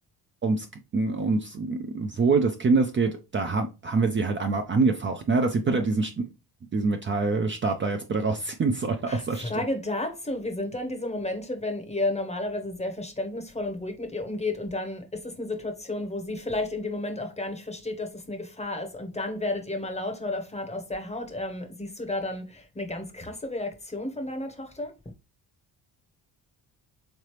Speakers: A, on the right; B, on the left.
A: ums, ums Wohl des Kindes geht, da ha haben wir sie halt einmal angefaucht, ne? Dass sie bitte
B: Ja.
A: diesen, Sch- diesen Metallstab da jetzt bitte rausziehen <laughs> soll aus der
B: Frage
A: Steckdose.
B: dazu, wie sind dann diese Momente, wenn ihr normalerweise sehr verständnisvoll und ruhig mit ihr umgeht und dann ist es eine Situation, wo sie vielleicht in dem Moment auch gar nicht versteht, dass es eine Gefahr ist und dann werdet ihr mal lauter oder fahrt aus der Haut. Ähm, siehst du da dann eine ganz krasse Reaktion von deiner Tochter?